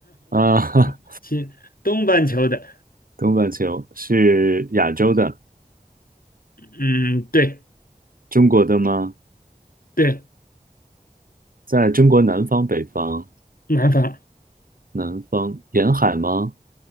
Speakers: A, on the right; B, on the left.
A: 啊，<laughs>
B: <laughs>
A: 哈，
B: 行，东半球的，
A: 东半球是亚洲的。
B: 嗯，对
A: 中国的吗？
B: 对，
A: 在中国南方、北方，
B: 南方
A: 南方沿海吗？